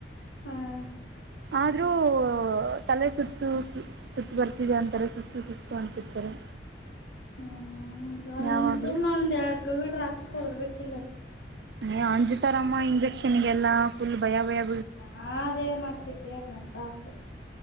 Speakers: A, on the left (about 65°); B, on the right (about 65°).
A: ಹ್ಮ್
B: ಆದ್ರೂ ತಲೆ ಸುತ್ತು ಸುತ್ತು ಬರ್ತಿದೆ ಅಂತಾರೆ ಸುಸ್ತು ಸುಸ್ತು ಅಂತಿರ್ತಾರೆ
A: ಹ್ಮ ಒಂದ
B: ಯಾವಾಗಲೂ
A: ಸುಮ್ನ್ ಒಂದ ಹಾಕ್ಸಬಿಡ್ಬೇಕ್ ಕಿಲ್ಲ.
B: ಏ ಅಂಜತಾರಮ್ಮ ಇಂಜೆಕ್ಷನ್ಗೆಲ್ಲಾ ಫುಲ್ ಬಯಾ ಬಯಾ
A: ಹಾ ಅದೇನ್ ಆಗ್ತೇತಿ ಎನ್ ಒಂದ ತಾಸ